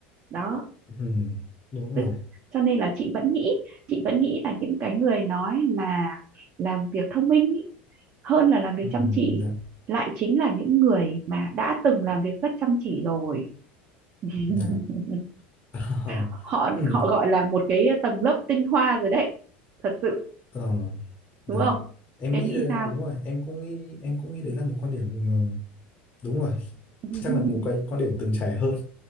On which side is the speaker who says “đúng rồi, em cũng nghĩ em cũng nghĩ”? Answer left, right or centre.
Left